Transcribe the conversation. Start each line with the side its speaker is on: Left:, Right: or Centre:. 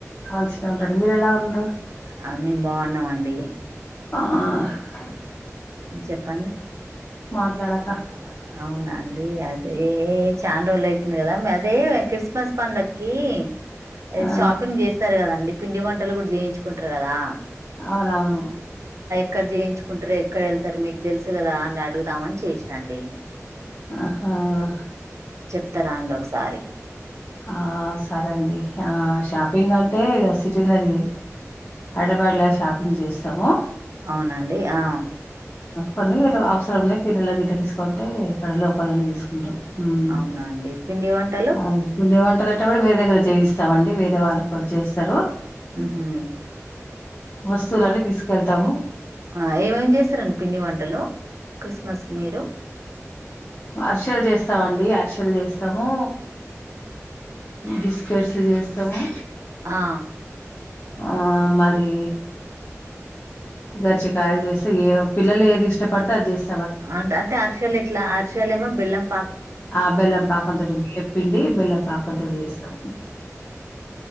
Left: మంచినే ఉంటరు మీరు ఎలా ఉండ్రు
Right: అ మేము బాగున్నామండి
Left: ఆ హ్
Right: చెప్పండి
Left: మాట్లాడాక
Right: ఆ అవునా అండి అదే చాండ్రోలు అయితుంది కదా అదే క్రిస్మస్ పండగకి ఏ
Left: ఆ
Right: షాపింగ్ చేస్తారు కదండి పిండి వంటలు కూడా జేయించుకుంట్రు కదా
Left: అవును అవును
Right: క్కడ్ జేయించుకుంట్రే ఎక్కడ వెళ్తారు మీకు దెలుసు కదా అని అడుగుతామని చేసినాండి
Left: ఆహా వా
Right: త్త రాండి ఒకసారి
Left: ఆ సరే అండి ఆ షాపింగ్ అంటే ఇగ స్ ఈ చిన్నది హైద్రాబాద్ లో షాపింగ్ చేస్సాము
Right: అవునండి ఆ
Left: కొన్ని యెళ్ళు అవసరం ఉన్నాయి పిల్లల గిట్ల తీసుకోంటే ఇక్కడ లోకల్ లోనే తీసుకుంటాం ఉమ్
Right: అవునా అండి పిండి వంటలు
Left: అవును. పిండి వంటలంటే కూడ వేరే దగ్గర చేయిస్తావండి వేరే వాళ్ళుకు వాళ్ళు చేయిస్తారు
Right: మ్మ్ హ్మ్
Left: వస్తువులన్నీ తీసుకెళ్తాము
Right: ఆ ఏమేమి చేస్తారండి పిండి వంటలు క్రిస్మస్ కి మీరు
Left: అర్షెలు చేస్తావండి అరష్ క్కలు చేస్తాము బిస్కెట్స్ చేస్తాము
Right: ఆ
Left: ఆ మరి గర్చికయలు చేసి పిల్లలు ఏది ఇష్టపడితే అది చేస్
Right: అంటే అంటే అరషలు ఎట్లా అర్ ాల మా బెలం
Left: ఆ బెల్లం పాకంంతో చెప్పిండి బెల్లం పాకంంతోటి చేస్తాం